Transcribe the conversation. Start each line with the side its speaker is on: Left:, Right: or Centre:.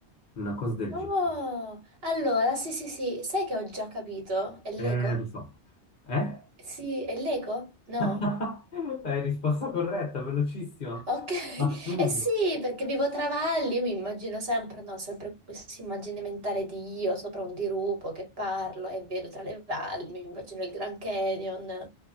Left: Una cosa del
Right: Oh,
Left: genere.
Right: allora, sì, sì, sì, sai che ho già capito? È l'eco?
Left: Eh, lo so. Eh?
Right: Sì, è l'eco? No?
Left: <laughs> Eh, risposta corretta, velocissima.
Right: Ok, <laughs>
Left: Assurdo.
Right: eh sì, perché vivo tra valli, io mi immagino sempre, no, sempre questa immagine mentale di io sopra un dirupo che parlo e vedo tra le valli, mi immagino il Grand Canyon.